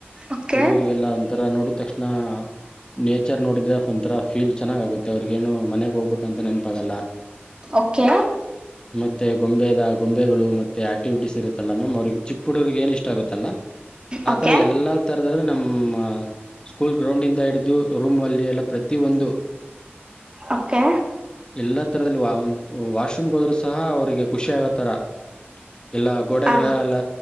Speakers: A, on the right; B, on the left.
A: ಓಕೆ
B: ಹುಡುಗರಿಗೆಲ್ಲ ಒಥರ ನೋಡ ತಕ್ಷಣ ನೇಚರ್ ನೋಡಿದ್ರೆ ಒಂಥರ ಫೀಲ್ ಚೆನ್ನಾಗ ಆಗುತ್ತೆ ಅವ್ರಗ ಏನು ಮನೆ ಹೋಗ್ಬೇಕಂತ ನೆನಪಾಗಲ್ಲ
A: ಓಕೆ
B: ಮತ್ತೆ ಗೊಂಬೆದ ಗೊಂಬೆಗಳು ಮೆ ಆಕ್ಟಿವಿಟೀಸ್ ಇರುತ್ತಲ್ಲ ಮ್ಯಾಮ್ ಅವ್ರಿಗೆ ಚಿಕ್ಕ ಪುಡೂರಿಗೆ ಏನ್ ಇಷ್ಟ ಆಗುತ್ತಲ್ಲ ಆತರ
A: ಓಕೆ
B: ಎಲ್ಲಾ ತರ ನಮ್ಮ ಸ್ಕೂಲ್ ಗ್ರೌಂಡ್ ಇಂದ ಹಿಡಿದು ರೂಮ್ ಅಲ್ಲಿ ಎಲ್ಲ ಪ್ರತ ಒಂದು
A: ಓಕೆ
B: ಎಲ್ಲಾ ತರದಲ್ಲಿ ವಾಶ್ರೂಮ್ಗೆ ಹೋದ್ರು ಸಹ ಅವ್ರಿಗೆ ಖುಷಿಯ ಆಾಗೋ ಥರ ಎಲ್ಲ ಗೋಡೆಗಳ
A: ಹ
B: ಎಲ್ಲ